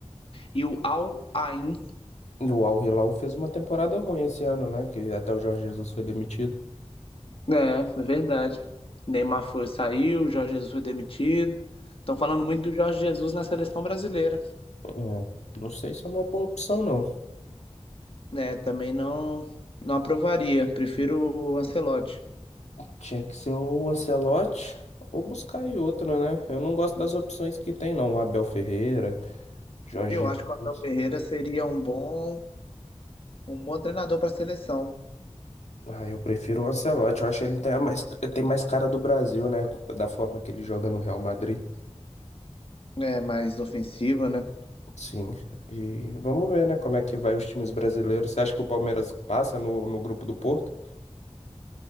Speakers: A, on the left; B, on the left.
A: e o Al Ain.
B: E o Al Hilal fez uma temporada ruim esse ano, né? Que até o Jorge Jesus foi demitido.
A: É, é verdade. Neymar foi, saiu, Jorge Jesus foi demitido. Estão falando muito do Jorge Jesus na seleção brasileira.
B: É, Não sei se é uma boa opção, não.
A: né também não, não aprovaria. Prefiro o Ancelotti.
B: Tinha que ser o Ancelotti ou buscar aí outra, né? Eu não gosto das opções que tem, não. Abel Ferreira, Jorge
A: Eu acho que o Abel
B: Jesus.
A: Ferreira seria um bom, um bom treinador para a seleção.
B: Ah, eu prefiro o Ancelotti. Eu acho que ele tem a mais, tem mais cara do Brasil, né? Da forma que ele joga no Real Madrid.
A: é mais ofensiva, né?
B: Sim. E vamos ver, né? Como é que vai os times brasileiros. Você acha que o Palmeiras passa no, no grupo do Porto?